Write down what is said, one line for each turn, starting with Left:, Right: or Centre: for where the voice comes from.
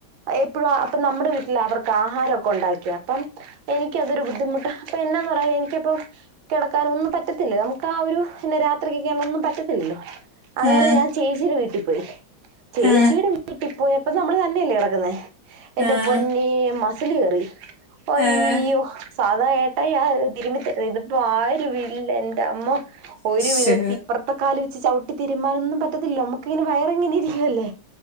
Right: എപ്പോഴും അപ്പൊ നമ്മുടെ വീട്ടില് അവർക്ക് ആഹാരൊക്കെ ഉണ്ടാക്കി. അപ്പം എനിക്ക് അതൊരു ബുദ്ധിമുട്ട്, അപ്പൊ എന്നാന്ന് പറഞ്ഞാല് എനിക്കപ്പം കെടക്കാനൊന്നും പറ്റത്തില്ലല്ലോ നമുക്ക് ആ ഒരു പിന്നെ രാത്രി കക്കാന ഒന്നും പറ്റത്തില്ലല്ലോ അങ്ങനെ
Left: ആഹ്
Right: ഞാൻ ചേച്ചിടെ വീട്ടിൽ പോയി. ചേച്ചിയുടെ
Left: ആഹ്
Right: വീട്ടിൽ പോയപ്പോ നമ്മള് തന്നെയല്ലേ കെടക്കുന്നെ. എന്റെ
Left: ആഹ്
Right: പൊന്നേ മസില് കേറി അയ്യോ
Left: ആഹ്
Right: സാൾ അത ഏട്ടായിയാ തിരുമിത്ത ഇതിപ്പോ ആരു ഇല്ല ന്റെ അമ്മൊ. ഒരു വിധത്തി
Left: ശോ
Right: ഇപ്പറ് ഇപ്പൊ കാല് വച്ച് ചവിട്ടിത്തിരുമ്മാനൊന്നും പറ്റത്തില്ല, നമക്കിങ്ങനെ വയർ ഇങ്ങനെ ഇരിക്കുവല്ലെ.